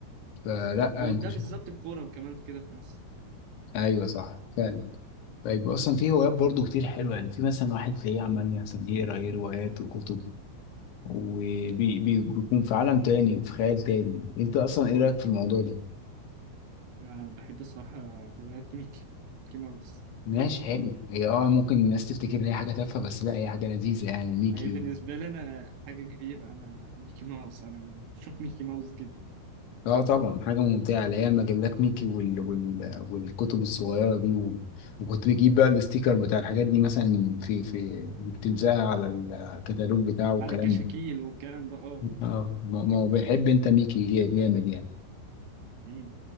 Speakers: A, on the left; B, on the right.
A: فلا
B: هو
A: انت
B: ده
A: شوف
B: بالظبط الكورة وكمان كده في مصر
A: ايوه صح فعلا طيب اصلا في هوايات برضو كتير حلوه يعني في مثلا واحد زي إيه، عمال مثلا يقرا ايه روايات وكتب وبيكون في عالم تاني في خيال تاني انت اصلا ايه رايك في الموضوع ده
B: انا بحب الصراحة روايات ميكي ميكي ماوس
A: ماشي حلو هي اه ممكن الناس تفتكر ان هي حاجه تافهه بس لا هي حاجه لذيذه يعني ميكي
B: هي بالنسبة لي انا حاجة كبيرة انا ميكي ماوس انا من عشاق ميكي ماوس جدا
A: اه طبعا حاجة ممتعة اللي هي مجلات ميكي وال... وال... والكتب الصغيرة دي و... وكنت بجيب بقى الاستيكر بتاع الحاجات دي مثلا في في بتلزقها على الكتالوج بتاعه والكلام
B: على كشاكيل
A: ده
B: والكلام ده اه
A: اه ما ما هو بيحب انت ميكي جا- جامد يعني
B: مم.